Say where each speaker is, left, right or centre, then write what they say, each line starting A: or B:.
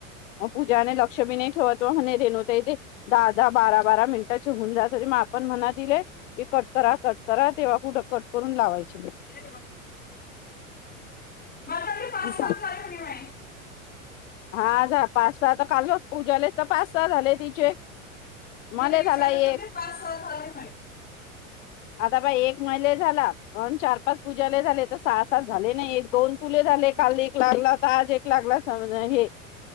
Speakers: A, on the left; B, on the left.
A: म पूजाने लक्ष बी नाही ठेवतो आणि रेनु ताई ते दहा दहा बारा बारा मिनिटाची होऊन जात तरी आपण म्हणा तीले की कट करा कट करा तेव्हा कुठं कट करून लावायची ते.
B: <unintelligible> माझ्याकडे
A: <unintelligible>
B: पाच सात झाले म्हणे माई
A: हा पाच सहा तर काल पूज्यालाच तर पाच सहा झाले तिचे. मले
B: मी जर
A: झाला
B: विचारलं
A: एक
B: तर ते पाच सहा झाले म्हणे.
A: आता बाय एक मईले झाला अन् चार पाच पूजाले झाले तर सहा सात झाले ना एक दोन. तुले झाले काल एक लागला तर आज एक लागला समज हे